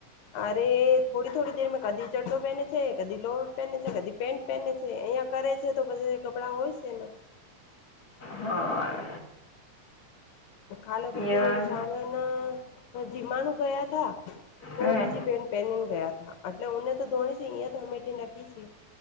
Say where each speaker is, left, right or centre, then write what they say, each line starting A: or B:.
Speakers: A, on the left; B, on the left.
A: અરે થોડી થોડી દેરમાં કદી ચડડો પહેને છે, કદી લોવ પહેને છે, કદી પેન્ટ પહેને છે, અહીંયા કરે છે, તો પછી કપડાં હોય છે, ના
B: હા.
A: ખાલે પછી
B: એ વાત
A: શામળના જીમાણુ ગયા તા તો
B: હમ,
A: બીજી પેન પહેનીને ગયા તા એટલે ઓને તો ધોણી છે, અહીયાયા તો અમેથી નકી છે.